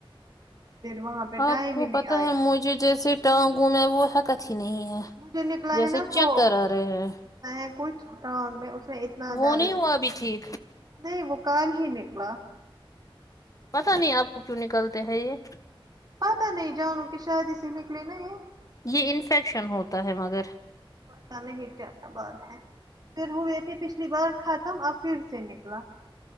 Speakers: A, on the right; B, on the left.
A: پھر وہاں پہ ٹائم
B: آپ کو
A: ہی نہیں
B: پتا
A: آئے
B: ہے
A: گا
B: مجھے جیسے ٹانگوں میں وہ حرکت ہی نہیں ہے
A: مجھے نکلا
B: جیسے
A: ہے نا وہ
B: چکر آ رہے ہیں
A: ہے کچھ ٹانگ میں اس میں اتنا
B: وہ
A: درد
B: نہیں ہوا
A: ہے
B: ابھی ٹھیک
A: نہیں وہ کل ہی نکلا
B: پتا نہیں آپ کو کیوں نکلتے ہیں یہ
A: پتا نہیں جانو کہ شاید اسی نکلے نہیں
B: یہ انفیکشن ہوتا ہے مگر
A: بتا نے کی کیا بات ہے پھر ہوۓ تھے پچھلی بار ختم اب پھر سے نکلا